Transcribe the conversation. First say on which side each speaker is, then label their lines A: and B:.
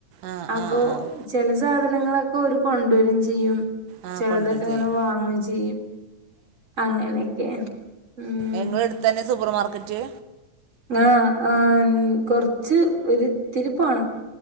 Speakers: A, on the right; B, on the right.
A: ആഹ്
B: അപ്പൊ
A: ആഹ് ആഹ്
B: ചെല സാധനങ്ങളൊക്കെ ഓര് കൊണ്ടുവരേം ചെയ്യും
A: ആഹ്
B: ചെലതൊക്കെങ്ങനെ
A: കൊണ്ടുവരും ചെയ്യും
B: വാങ്ങും ചെയ്യും. അങ്ങനെക്കെണ് ഉം.
A: എ ങ്ങളട്ത്തന്നെ സൂപ്പർ മാർക്കറ്റ്.
B: ആഹ് ആഹ് ൻ കൊർച്ച് ഒരുത്തിരി പോണം.